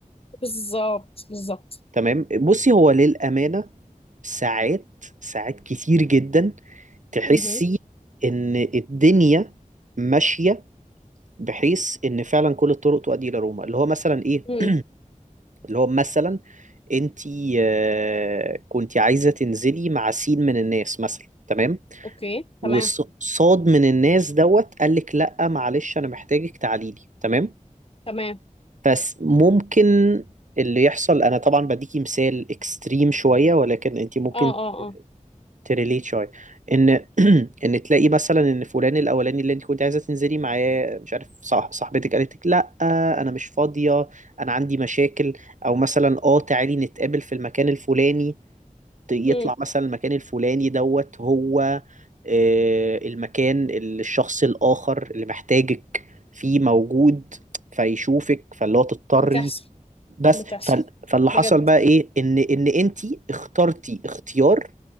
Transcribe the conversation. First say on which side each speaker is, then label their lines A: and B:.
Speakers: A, on the left; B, on the right.
A: بالظبط بالظبط
B: تمام بصي هو للامانه ساعات ساعات كتير جدا تحسي
A: امم
B: ان الدنيا ماشيه بحيث ان فعلا كل الطرق تؤدي الى روما اللي هو مثلا ايه
A: امم
B: <clears throat> اللي هو مثلا انتي آه، كنتي عايزه تنزلي مع سين من الناس مثلا تمام
A: اوكي تمام
B: وصاد من الناس دوت قال لك لا معلش انا محتاجك تعالي لي تمام
A: تمام
B: بس ممكن اللي يحصل انا طبعا بديكي مثال اكستريم شويه ولكن انت ممكن
A: اه اه اه
B: تريليت شويه ان <clears throat> ان تلاقي مثلا ان فلان الاولاني اللي انت كنت عايزه تنزلي معاه مش عارف صح صاحبتك قالت لك لا انا مش فاضيه انا عندي مشاكل او مثلا اه تعالي نتقابل في المكان الفلاني يطلع
A: امم
B: مثلا المكان الفلاني دوت هو آه، المكان اللي الشخص الآخر اللي محتاجك فيه موجود فيشوفك فاللي هو تضطري
A: بتحصل
B: بس
A: بتحصل
B: فال- فاللي حصل
A: بجد
B: بقى ايه ان ان انتي اخترتي اختيار